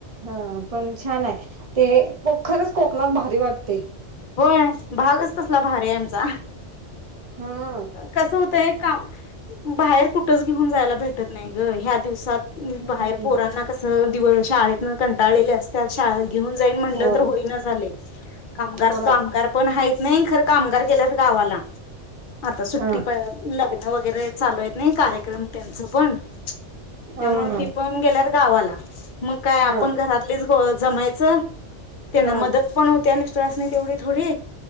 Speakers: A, on the right; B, on the left.
A: ह पण छान आहे. ते खरंच कोकणात भारी वाटते
B: होय भागच तसला भारी आहे आमचा
A: हा
B: कस होतय काम बाहेर कुठच घेऊन जायला भेट नाही ग हयात दिवसात
A: हम्म
B: बाहेर पोरांना कसं ही मुलं शाळेतन कंटाळलेले असतात शाळे घेऊन जाईन म्हणलं
A: होय
B: तर होईना झाले कामगार
A: होय
B: कामगार पण हाईत नाही खरं कामगार गेल्यात गावाला आता सुट्टी
A: हा
B: प लागली वगैरे चालू आहेत नाही कार्यक्रम त्यांच पण
A: हा
B: त्यामुळ
A: हा
B: ती पण गेल्यात गावाला मग काय आपण
A: हा
B: घरातलीच गो जमाय चल त्यांना
A: हा
B: मदत पण होत्या मिस्टरासनी तेवढे थोडी